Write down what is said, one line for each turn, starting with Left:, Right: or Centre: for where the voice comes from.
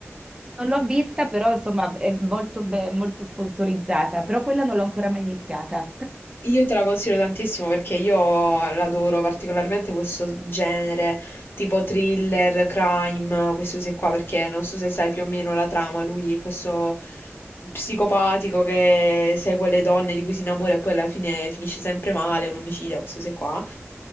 Right: Non l'ho vista, però insomma è molto, be- molto sponsorizzata, però quella non l'ho ancora mai iniziata. <laughs>
Left: Io te la consiglio tantissimo perché io l'adoro particolarmente questo genere tipo thriller, crime, questi usi qua perché non so se sai più o meno la trama, lui è questo psicopatico che segue le donne di cui si innamora e poi alla fine finisce sempre male, è un omicida, queste cose qua.